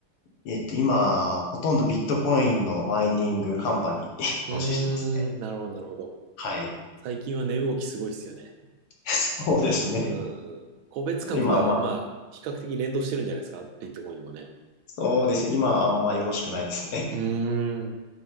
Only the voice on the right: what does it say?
う
ーん、なるほど、なるほど。
最近は値動きすごいっすよね。
うんうん。個別株が、
まあ、比較的連動してるんじゃないですかビットコインもね。
うーん。